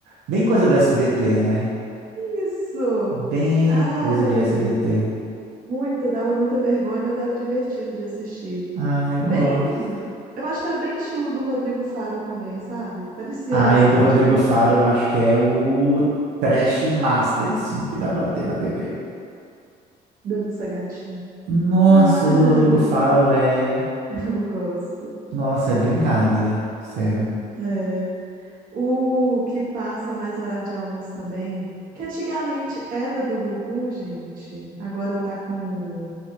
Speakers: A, on the right; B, on the right.
A: Bem coisa do SBT, né?
B: Isso!
A: Bem
B: Ai,
A: coisa de SBT.
B: muito, dava muita vergonha, mas era divertido de assistir.
A: Ah, eu
B: Bem,
A: gosto.
B: eu acho que era bem estilo do Rodrigo Faro também, sabe? Parecia
A: Ah,
B: bastante,
A: eu do Rodrigo
B: assim.
A: Faro, eu acho que é o trash master, assim, que dá pra ter na TV.
B: Dança gatinho.
A: Nossa,
B: Ai,
A: o do Rodrigo Faro é.
B: <laughs> eu gosto.
A: Nossa, é brincadeira, sério.
B: É. O que passa mais horário de almoço também, que antigamente era do Gugu, gente, agora tá com o...